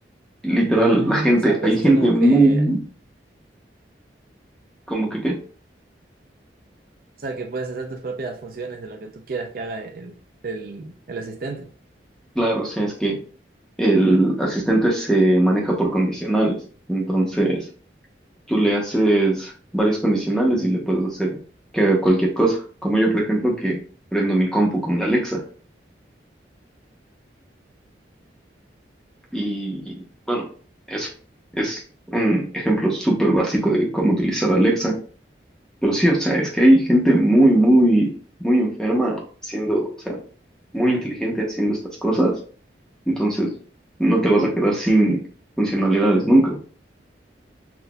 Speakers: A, in the centre; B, on the right (about 50°).
A: literal,
B: Mm,
A: la gente,
B: o sea, puedes
A: hay gente
B: hacer como
A: muy,
B: que,
A: como que qué?
B: o sea, que puedes hacer tus propias funciones de lo que tú quieras que haga el, el, el asistente.
A: Claro, o sea, es que el asistente se maneja por condicionales. Entonces, tú le haces varios condicionales y le puedes hacer que haga cualquier cosa. Como yo, por ejemplo, que prendo mi compu con la Alexa. Y bueno, eso es un ejemplo súper básico de cómo utilizar Alexa. Pero sí, o sea, es que hay gente muy, muy, muy enferma haciendo, o sea, muy inteligente haciendo estas cosas. Entonces, no te vas a quedar sin funcionalidades nunca.